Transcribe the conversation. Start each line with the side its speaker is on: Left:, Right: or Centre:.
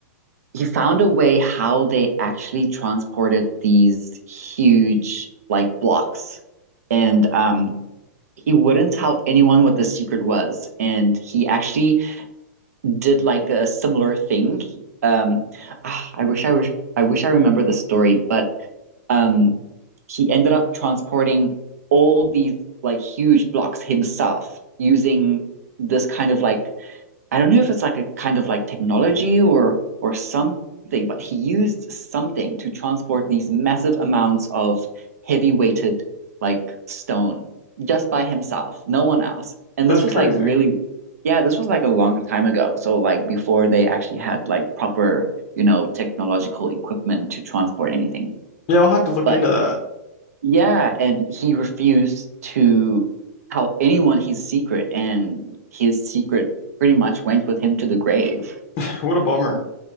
Right: he found a way how they actually transported these huge like blocks, and um, he wouldn't tell anyone what the secret was. And he actually did like a similar thing. Um, ah, I wish I wish I wish I remember the story, but um, he ended up transporting all these like huge blocks himself using this kind of like I don't know if it's like a kind of like technology or or something, but he used something to transport these massive amounts of heavy weighted like stone just by himself, no one else. And
Left: That's
Right: this was
Left: crazy.
Right: like really, yeah, this was like a long time ago. So like before they actually had like proper, you know, technological equipment to transport anything.
Left: Yeah, I'll have to look
Right: But
Left: into that.
Right: yeah, and he refused to tell anyone his secret, and his secret pretty much went with him to the grave.
Left: <sighs> What a bummer.